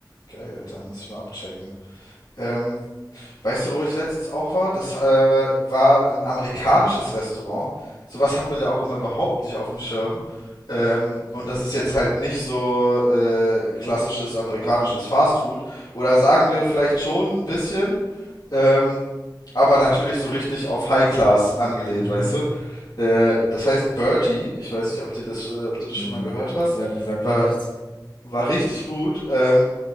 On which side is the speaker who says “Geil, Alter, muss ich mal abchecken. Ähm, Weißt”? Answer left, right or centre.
Left